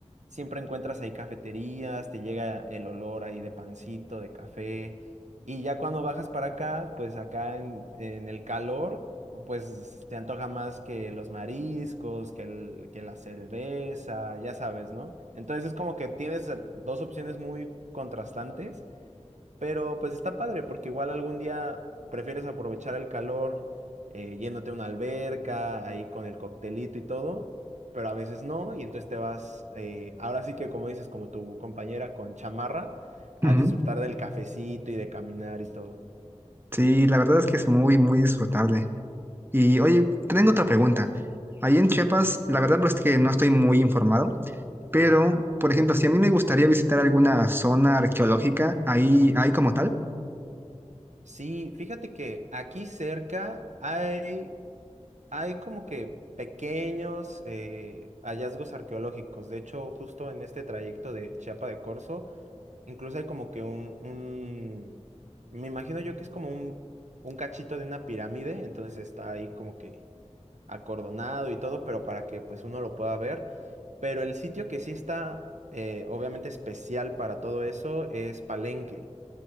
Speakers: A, on the right; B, on the right.
A: Siempre encuentras ahí cafeterías, te llega el olor ahí de pancito, de café. Y ya cuando bajas para acá, pues acá en, en el calor, pues te antoja más que los mariscos, que, el- que la cerveza, ya sabes, ¿no? Entonces es como que tienes eh, dos opciones muy contrastantes pero pues está padre, porque igual algún día prefieres aprovechar el calor eh, yéndote a una alberca, ahí con el coctelito y todo, pero a veces no, y entonces te vas, eh, ahora sí que como dices, como tu compañera con chamarra, a
B: Ujú.
A: disfrutar del cafecito y de caminar y todo.
B: Sí, la verdad es que es muy, muy disfrutable. Y oye, tengo otra pregunta. Ahí en Chiapas,
A: Sí.
B: la verdad pues, es que no estoy muy informado, Pero,
A: Ajá.
B: por ejemplo, si a mí me gustaría visitar alguna zona arqueológica, ahí hay como tal.
A: Sí, fíjate que aquí cerca hay, hay como que pequeños eh, hallazgos arqueológicos. De hecho, justo en este trayecto de Chiapa de Corzo, Incluso hay como que un, un- me imagino yo que es como un, un cachito de una pirámide, entonces está ahí como que acordonado y todo, pero para que pues uno lo pueda ver. Pero el sitio que sí está eh, obviamente especial para todo eso es Palenque.